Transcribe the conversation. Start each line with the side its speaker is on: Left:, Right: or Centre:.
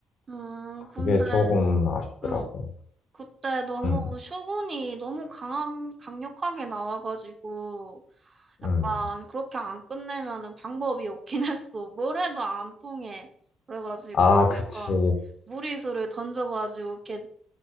Right: 음,
Left: 그게
Right: 근데
Left: 조금 아쉽더라고.
Right: 음. 그때 너무
Left: 음,
Right: 쇼군이 너무 강한, 강력하게 나와가지고 약간
Left: 음.
Right: 그렇게 안 끝내면은 방법이 없긴 <laughs> 했어. 뭘 해도 안 통해. 그래가지고
Left: 아, 그치.
Right: 약간 무리수를 던져가지고 이렇게